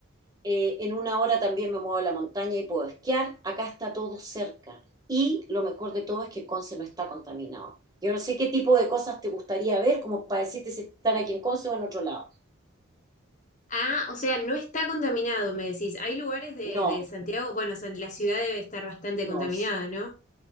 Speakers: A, on the right (about 20°); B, on the left (about 35°).
A: eh, en una hora también me muevo a la montaña y puedo esquiar, acá está todo cerca. Y lo mejor de todo es que Conce no está contaminado. Yo no sé qué tipo de cosas te gustaría ver, como para decirte si están aquí en Conce o en otro lado.
B: Ah, o sea, no está contaminado, me decís. Hay lugares de,
A: No,
B: de Santiago, bueno, San- la ciudad debe estar bastante
A: no,
B: contaminada, ¿no?